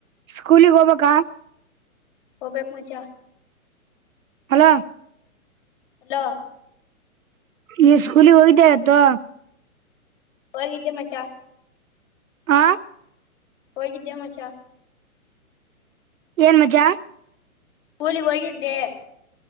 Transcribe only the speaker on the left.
ಹೋಗಬೇಕು ಮಚ್ಚ
ಹಲೋ
ಹೋಗಿದ್ದೆ ಮಚ್ಚ
ಹೋಗಿದ್ದೆ ಮಚ್ಚ
ಸ್ಕೂಲಿಗೆ ಹೋಗಿದ್ದೆ